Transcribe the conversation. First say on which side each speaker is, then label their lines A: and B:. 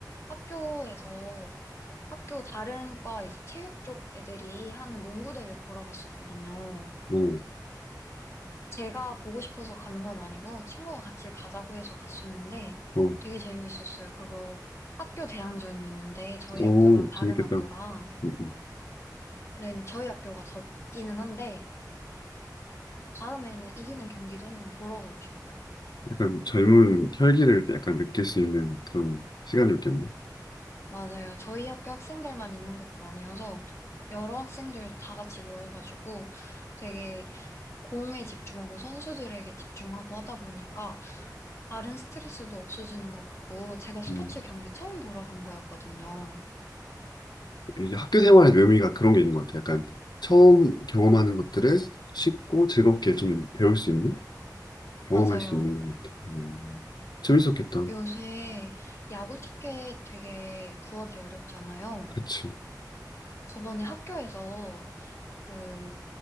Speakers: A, on the left; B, on the left.
A: 학교에서 학교 다른 과 이제 체육 쪽 애들이 하는 농구 대회 보러 갔었거든요.
B: 오,
A: 제가 보고 싶어서 가는 건 아니고 친구가 같이 가자고 해서 갔었는데
B: 어,
A: 되게 재미있었어요. 그거 학교 대항전이었는데 저희
B: 오,
A: 학교랑 다른
B: 재밌겠다.
A: 학교랑
B: 음, 음.
A: 는 저희 학교가 졌기는 한데 다음에는 이기는 경기도 한번 보러 가고 싶어요.
B: 약간 젊은 혈기를 약간 느낄 수 있는 그런 시간이었겠네.
A: 맞아요. 저희 학교 학생들만 있는 것도 아니어서 여러 학생들 다 같이 모여가지고 되게 공에 집중하고 선수들에게 집중하고 하다 보니까 다른 스트레스도 없어지는 것 같고, 제가 스포츠
B: 음.
A: 경기 처음 보러 간 거였거든요.
B: 이게 학교 생활의 묘미가 그런 게 있는 것 같아. 약간 처음 경험하는 것들을 쉽고 즐겁게 좀 배울 수 있는, 경험할
A: 맞아요.
B: 수 있는 것 같아. 음. 재밌었겠다.
A: 요새 야구 티켓 되게 구하기 어렵잖아요.
B: 그치.
A: 저번에 학교에서 그